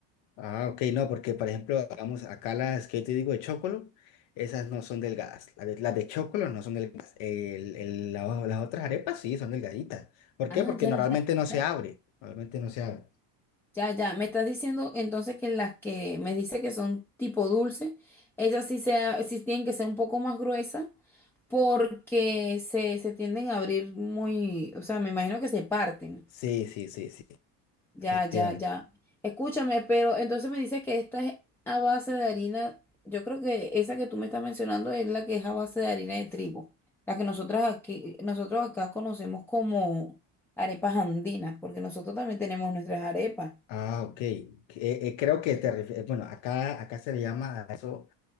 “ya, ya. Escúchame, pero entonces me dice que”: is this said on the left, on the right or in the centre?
Centre